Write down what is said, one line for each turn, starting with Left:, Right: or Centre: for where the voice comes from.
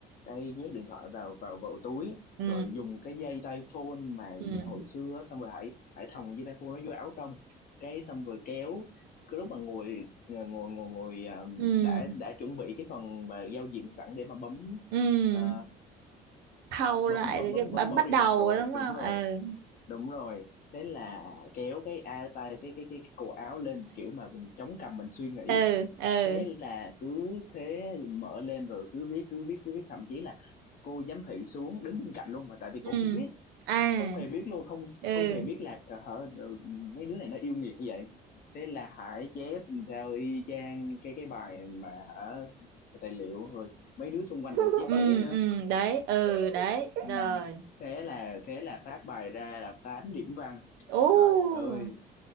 Left: đây nhét điện thoại vào vào vào túi
Right: ừ
Left: rồi dùng cái dây tai phone mà
Right: ừ
Left: về hồi xưa á, xong rồi hãy hãy thòng dây tai phone nó vô áo trong cái xong rồi kéo cái lúc mà ngồi ờ, ngồi ngồi ngồi à,
Right: ừ
Left: đã đã chuẩn bị cái phần mà giao diện sẵn để mà bấm
Right: ừ
Left: à,
Right: khâu
Left: bấm
Right: lại
Left: bấm
Right: rồi
Left: bấm
Right: cái bấm
Left: bấm mở
Right: bắt
Left: record
Right: đầu
Left: rồi
Right: đúng
Left: đúng
Right: không
Left: rồi
Right: ừ
Left: đúng rồi thế là kéo cái a tay cái cái cái, cái cổ áo lên kiểu mà mình chống cằm mình suy nghĩ
Right: ừ ừ
Left: thế là cứ thế mở lên rồi cứ viết cứ viết cứ viết thậm chí là cô giám thị xuống đứng bên cạnh luôn mà tại vì
Right: ừ
Left: cổ không biết
Right: à
Left: không hề biết luôn không
Right: ừ
Left: không hề biết là hả ừ, mấy đứa này nó yêu nghiệt như vậy thế là Hải chép theo y chang cái cái bài mà hả tài liệu rồi mấy đứa xung quanh còn
Right: ừ
Left: chép ké nữa
Right: ừ <laughs> đấy ừ đấy
Left: ừ.
Right: rồi
Left: thế là thế là phát bài ra là 8 điểm văn
Right: ô
Left: trời ơi